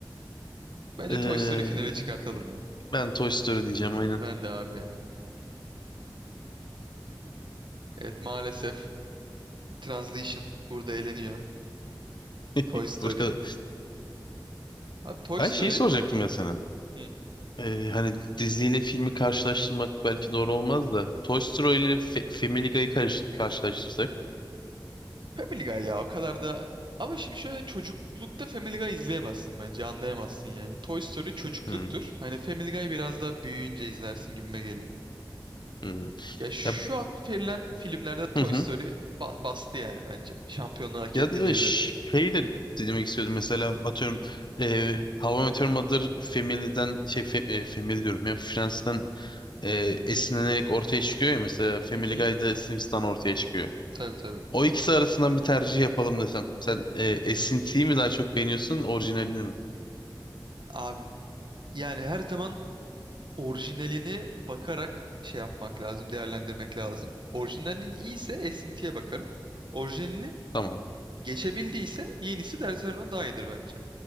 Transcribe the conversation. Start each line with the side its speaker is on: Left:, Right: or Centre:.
Right: Bence
Left: eee,
Right: Toy Story finale çıkartalım ya.
Left: ben Toy Story diyeceğim aynen.
Right: Ben de abi ya. Evet maalesef Translation burada eleniyor.
Left: <laughs>
Right: Toy Story.
Left: Burada.
Right: Abi Toy
Left: Ben
Right: Story.
Left: şeyi soracaktım ya sana.
Right: Hı.
Left: Eee, hani diziyle filmi karşılaştırmak belki doğru olmaz da. Toy Story ile Fe- Family Guy'ı karış- karşılaştırsak.
Right: Family Guy ya o kadar da ama şimdi şöyle çocuklukta Family Guy izleyemezsin bence anlayamazsın yani. Toy Story çocukluktur.
Left: Hmm,
Right: Hani Family Guy biraz daha büyüyünce izlersin gibime geliyor.
Left: hmm.
Right: Ya şu
Left: Ya,
Right: an verilen filmlerde Toy
Left: hı hı.
Right: Story ba- bastı yani bence. Şampiyonluğu hak
Left: Ya
Right: etti
Left: da
Right: diyebilirim.
Left: şey de demek istiyordum mesela atıyorum e, How I Met Your Mother Family'den şey fe, e, Family diyorum ya Friends'den e, esinlenerek ortaya çıkıyor ya mesela Family
Right: Hı hı.
Left: Guy'da Simpsons'tan ortaya çıkıyor.
Right: Tabii tabii.
Left: O ikisi arasından bir tercih yapalım desem. Sen e, esintiyi mi daha çok beğeniyorsun orijinalini mi?
Right: Abi yani her zaman orijinalini bakarak şey yapmak lazım, değerlendirmek lazım. Orijinalinin iyiyse esintiye bakarım. Orijinalini
Left: Tamam.
Right: geçebildiyse yenisi de her zaman daha iyidir bence.